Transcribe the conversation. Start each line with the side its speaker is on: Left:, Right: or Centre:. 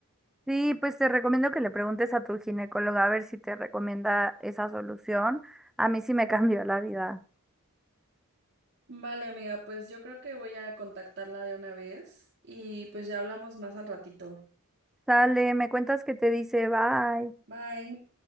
Centre: Sí, pues te recomiendo que le preguntes a tu ginecóloga a ver si te recomienda esa solución. A mí sí me <laughs> cambió la vida.
Right: Vale, amiga, pues yo creo que voy a contactarla de una vez y pues ya hablamos más al ratito.
Centre: Sale, me cuentas que te dice, bye.
Right: Bye.